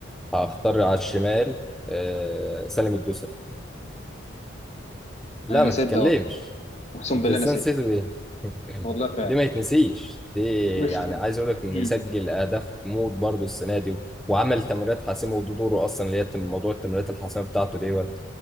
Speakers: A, in the centre; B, on the left (about 35°).
A: هختار على الشمال آه سالم الدوسري لا
B: انا
A: ما
B: نسيت
A: تتكلمش
B: ده والله اقسم
A: انت
B: بالله
A: ازاي
B: نسيت
A: نسيته دي <laughs>
B: والله فعلا
A: دي ما يتنسيش دي
B: مش
A: يعني
B: مشكلة
A: عايز اقول لك ان
B: امم
A: سجل اهداف موت برضه السنه دي و- وعمل تمريرات حاسمه وده دوره اصلا اللي هي التم- موضوع التمريرات الحاسمه بتاعته ديت